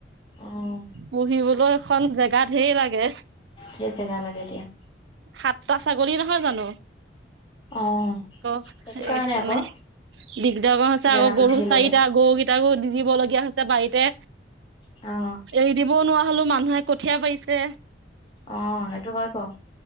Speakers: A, on the left; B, on the right.
A: উম,
B: পুহিবলৈ এখন জেগা ঢেৰ লাগে।
A: সেই জেগা লাগে এতিয়া
B: সাতটা ছাগলী নহয় জানো
A: অ',
B: আকৌ সকাৰণে
A: সেইটো কাৰণে আকৌ
B: দিগদাৰ হৈছে
A: জেগাটো
B: আকৌ গৰু
A: ধেৰ
B: চাৰিটা
A: লাগে।
B: গৰু কেইটাকো দি দিব লগগীয়া হৈছে বাৰীতে।
A: অ'।
B: এৰি দিবও নোৱাৰা হলেও মানুহে কঠীয়া পাৰিছে।
A: অ', সেইটো হয় বাৰু।